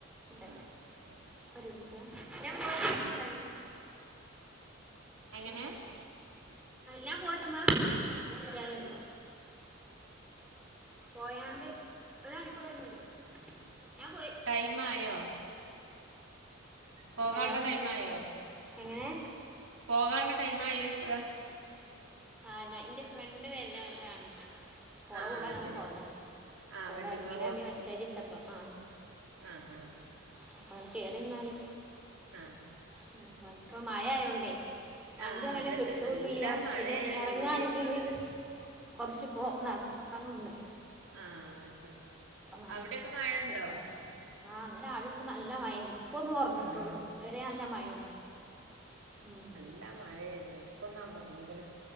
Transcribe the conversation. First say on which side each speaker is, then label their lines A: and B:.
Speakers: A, in the centre; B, on the right (about 75°).
A: ഇവിടെല്ലേ
B: ആഹ്
A: <inaudible>
B: ശരി എങ്ങനെ
A: ഞാൻ ഇപ്പൊ <inaudible> പോയാണ്ട് <unintelligible>
B: ടൈമായോ പോകാള്ള
A: ഹലോ
B: ടൈമായോ
A: എങ്ങനെ
B: പോകാള്ള ടൈമായോച്ചയാ
A: ആ ഞാൻ ഇന്റെ ഫ്രണ്ട് വരലാണേ പോള
B: ആ
A: കൂടങ്ങനെ
B: ശരി
A: പോവല
B: ആ
A: പോളെറങ്ങീനാറഞ്
B: വണ്ടിമ്മേ
A: മെസ്സേജ്ട്ടപ്പോ ആഹ്
B: ആഹ് ആഹ്
A: അപ്പൊങ്ങട്ട് കേറിന്നാല്
B: ആഹ്
A: ഉം പശുപ്പം മയായോണ്ടേ വണ്ട്യങ്ങനെ
B: ആ അതന്നെ
A: കിട്ടൂ
B: നല്ല
A: ല്ല്യ
B: മഴയാണ്
A: പിന്നെ എറങ്ങാണെങ്കില്
B: ഇവിടെയൊക്കെ അങ്ങനെ
A: കൊറച്ച് പ്പോ നടക്കാനുണ്ട്
B: ആ സെരി
A: നടക്കും
B: അവിടെക്കെ മഴണ്ടോ
A: ശരിയാവില്ല ആ ഇന്ന് രാവിലൊട്ട് നല്ല മയേനി ഇപ്പൊന്ന് കൊറഞ്ഞ്ട്ടൊള്ളൂ
B: ഉം
A: ത് വരെ നല്ല മയേനി മ്
B: ല്ല മഴേരുന്നു ഇപ്പൊന്ന് അമർന്ന്ക്ക്ണ്